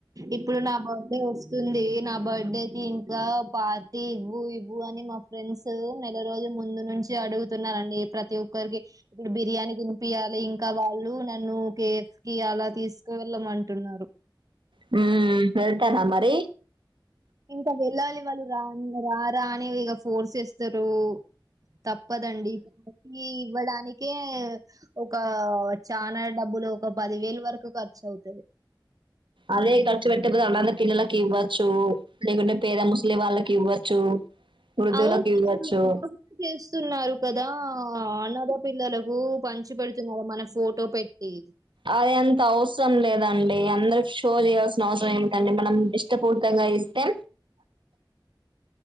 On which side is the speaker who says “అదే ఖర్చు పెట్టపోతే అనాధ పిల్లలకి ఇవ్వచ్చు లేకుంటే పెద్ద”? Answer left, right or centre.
Right